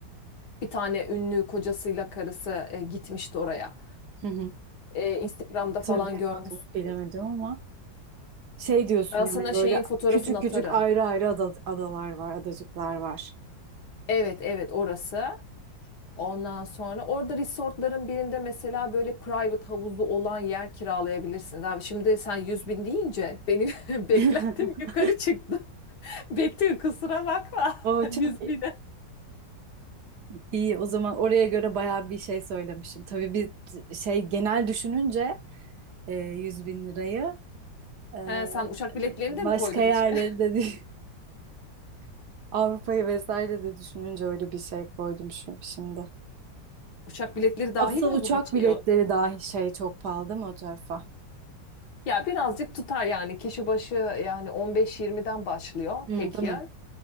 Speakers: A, on the left (about 65°); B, on the right (about 65°).
A: Bir tane ünlü kocasıyla karısı e, gitmişti oraya.
B: Hı
A: E, Instagram'da
B: hatırlayamadım
A: falan görmüşsündür.
B: bilemedim ama. Şey diyorsun
A: Ben
B: yani
A: sana
B: böyle
A: şeyin fotoğrafını
B: küçük
A: atarım.
B: küçük ayrı ayrı ada- adalar var, adacıklar var.
A: Evet evet orası. Ondan sonra orada resortların birinde mesela böyle private havuzlu olan yer kiralayabilirsiniz. Abi şimdi sen yüz bin deyince benim <laughs> beklentim
B: <laughs>
A: yukarı çıktı. <laughs> Betül kusura bakma
B: O
A: <laughs>
B: çok
A: yüz
B: iyi.
A: bine.
B: İyi, O zaman oraya göre bayağı bir şey söylemişim. Tabii bir şey genel düşününce e, 100 bin lirayı e,
A: He, sen uçak biletlerini
B: başka
A: de mi koydun
B: yerleri
A: içine?
B: de dü- <laughs> Avrupa'yı vesaire de düşününce öyle bir şey koydum şu, şimdi.
A: Uçak biletleri dahil
B: Asıl
A: mi
B: uçak
A: bu bütçeye?
B: biletleri dahi şey çok pahalı değil mi o tarafa?
A: Ya birazcık tutar yani kişi başı yani on beş yirmiden başlıyor
B: Hı,
A: tek
B: değil
A: yön.
B: mi?